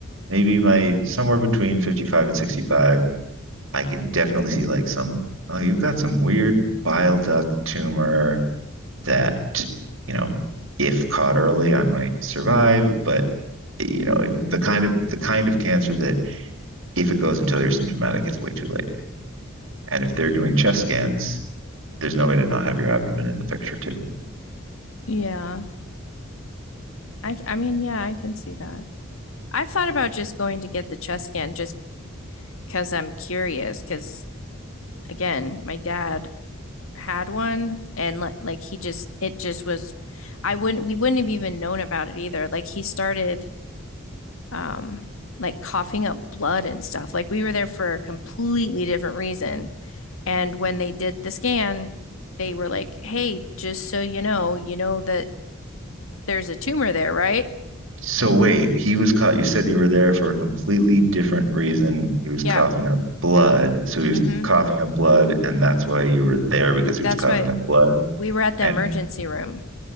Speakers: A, on the right (about 65°); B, on the left (about 75°).
A: maybe my somewhere between 55 and 65, I can definitely see like some, oh, you've got some weird bile duct tumor that, you know, if caught early, I might survive, but you know, the kind of the kind of cancer that if it goes until you're symptomatic, it's way too late. And if they're doing chest scans, there's no way to not have your abdomen in the picture too.
B: Yeah. I I mean, yeah, I can see that. I've thought about just going to get the chest scan just because I'm curious because again, my dad had one and like like he just it just was I wouldn't we wouldn't have even known about it either. Like he started um like coughing up blood and stuff. Like we were there for a completely different reason. And when they did the scan, they were like, "Hey, just so you know, you know that there's a tumor there, right?"
A: So wait, he was caught. You said you were there for a completely different reason. He was coughing
B: Yeah.
A: up blood, so he was
B: Mm-hmm.
A: coughing up blood, and that's why you were there because he was
B: That's
A: coughing
B: right.
A: up blood.
B: We were at the
A: And
B: emergency room.